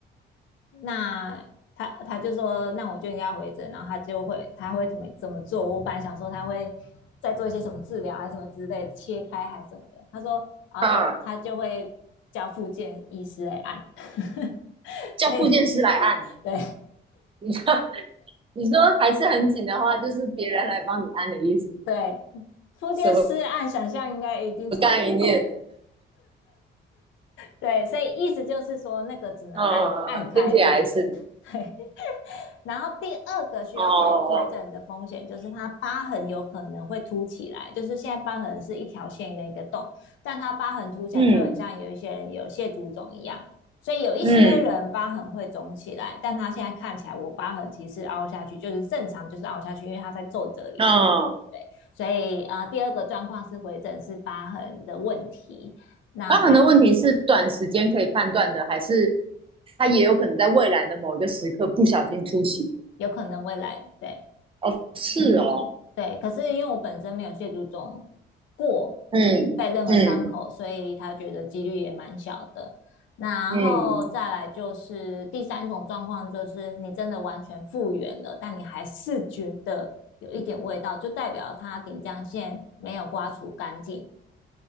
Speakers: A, on the left (about 75°); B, on the right (about 25°).
A: 那他他就说那我就应该回诊，然后他就会他会怎么怎么做？我本来想说他会再做一些什么治疗还是什么之类，切开还是什么的。他说啊，
B: 啊，
A: 他他就会叫复健医师来按 <laughs>，
B: 叫复健师来按，
A: 所以
B: <laughs>
A: 对
B: 你说你说还是很紧的话，就是别人来帮你按的意思吗？
A: 对，复健师按想象应该已经超级痛
B: 什么概念？
A: 对，所以意思就是说，那个只能按按开的意思。
B: 呃，听起来是
A: 对，然后第二个需要回回诊的风险就是它疤痕有可能会凸起来，
B: 哦，
A: 就是现在疤痕是一条线跟一个洞，但它疤痕凸起来就很像有一些人有蟹足肿一样，
B: 嗯
A: 所以有一些人疤痕会肿起来，
B: 嗯
A: 但他现在看起来我疤痕其实凹下去，就是正常就是凹下去，因为它在皱褶里面。
B: 嗯，哦
A: 所以啊、呃，第二个状况是回诊是疤痕的问题，那它
B: 包很多问题是短时间可以判断的，还是它也有可能在未来的某一个时刻不小心突袭
A: 有可能未来对。
B: 哦，是哦，
A: 对，可是因为我本身没有蟹足肿过，
B: 嗯嗯
A: 带任何伤口，所以他觉得几率也蛮小的。然后再来就是第三种状况，
B: 嗯
A: 就是你真的完全复原了，但你还是觉得有一点味道，就代表它顶浆腺没有刮除干净。